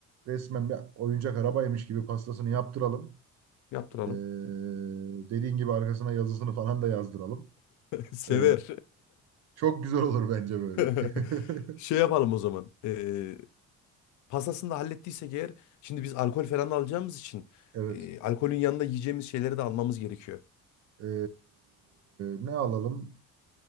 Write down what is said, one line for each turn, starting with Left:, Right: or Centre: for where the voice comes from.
Right: resmen bir oyuncak arabaymış gibi pastasını yaptıralım.
Left: yaptıralım.
Right: Ee, dediğin gibi arkasına yazısını falan da yazdıralım.
Left: <laughs> Sever.
Right: Ee, çok güzel olur bence böyle.
Left: <laughs> Şey
Right: <laughs>
Left: yapalım o zaman. Eee pastasını da hallettiysek eğer şimdi biz alkol falan da alacağımız için
Right: Evet.
Left: eee, alkolün yanında yiyeceğimiz şeyleri de almamız gerekiyor.
Right: Ee, ne alalım?